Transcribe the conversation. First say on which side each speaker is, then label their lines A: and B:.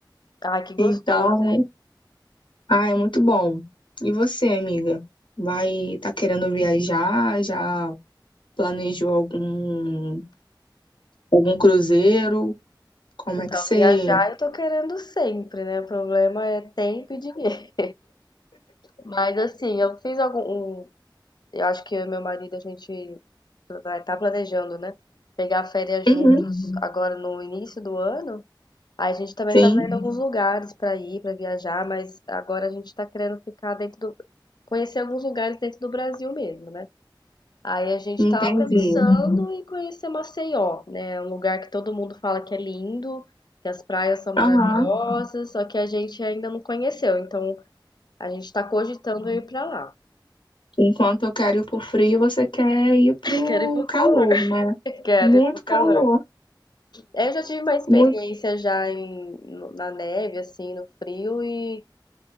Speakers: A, on the left (about 60°); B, on the left (about 80°).
A: Ai, que gostoso.
B: Então, ah, é muito bom. E você, amiga? Vai, tá querendo viajar? Já planejou algum algum cruzeiro? Como
A: Então,
B: é que você?
A: viajar eu tô querendo sempre, né? O problema é tempo e dinheiro. Mas assim, eu fiz algum. um- eu acho que eu e meu marido a gente vai estar planejando, né? Pegar férias juntos
B: Uhum,
A: Uhum. agora no início do ano. Aí a gente também
B: sim,
A: tá vendo alguns lugares pra ir, pra viajar, mas agora a gente tá querendo ficar dentro do. Conhecer alguns lugares dentro do Brasil mesmo, né? Aí a gente
B: entendi.
A: tava pensando em conhecer Maceió, né? É Um lugar que todo mundo fala que é lindo, que as praias são maravilhosas,
B: Aham.
A: só que a gente ainda não conheceu. Então a gente tá cogitando ir pra lá.
B: Enquanto eu quero ir pro frio, você quer ir pro
A: <laughs> Quero ir pro calor.
B: calor, né?
A: <laughs> Quero
B: Muito
A: ir pro calor.
B: calor.
A: Eu já tive uma experiência
B: Muito.
A: já em, no- na neve, assim, no frio, e